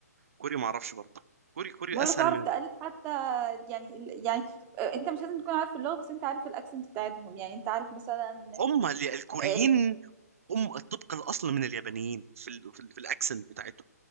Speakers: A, on the right (about 55°); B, on the right (about 20°).
A: كوري ما اعرفش برضه كوري كوري
B: ولا
A: اسهل
B: تعرف
A: من
B: تقلد حتى يعني ال- يعني اه، انت مش لازم تكون عارف اللغه بس انت عارف الاكسنت بتاعتهم يعني انت عارف مثلا
A: هم ال- الكوريين
B: اه،
A: هم الطبق الاصل من اليابانيين في ال... في, ال... في الاكسنت بتاعتهم